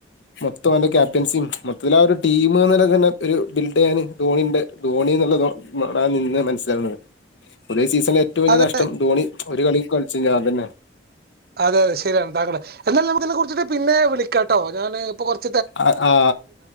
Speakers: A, on the left; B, on the right.
A: മൊത്തം എന്റെ ക്യാപ്റ്റൻസിയും മൊത്തത്തിലൽ ആ ഒരു ടീം തന്നെ ഒരു ബിൽഡ് ചെയ്യാന് ധോണിന്റെ ധോണി എന്നുള്ള നിന്ന് മനസ്സിലാവുന്നത്തേ ഒരേ സീസ ഏറ്റവും വലിയ
B: അതെ
A: നഷ്ടം ധോണി ഒരു കളി കളിച്ചു ഞാൻ തന്നെ
B: അതെ അതെ ശരിയാണ് താങ്കള് എന്നാൽ നമുക്ക് ഇതിനെ കുറിച്ചിട്ട് പിന്നെ വിളിക്കാംട്ടോ ഞാന് ഇപ്പൊ കൊറ
A: ആ ആ